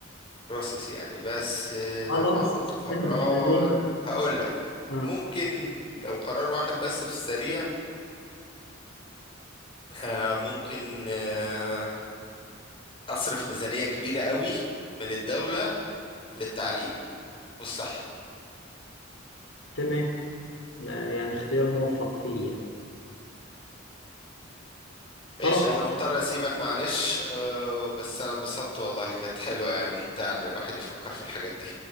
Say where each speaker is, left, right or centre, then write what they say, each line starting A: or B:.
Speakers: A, on the left; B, on the left.
A: بروسيس يعني بس لو
B: خلاص
A: هاخد قرار
B: نخليه
A: هقول لك
B: اه
A: ممكن لو قرار واحد بس في السريع آه، ممكن آه، أصرف ميزانية كبيرة قوي من الدولة للتعليم والصحة
B: تمام آه، يعني اختيار موفق فيه يعني. خلاص
A: ايش انا مضطر اسيبك معلش آه، بس انا انبسطت والله كانت حلوة يعني ممتعة ان الواحد يفكر في الحاجات دي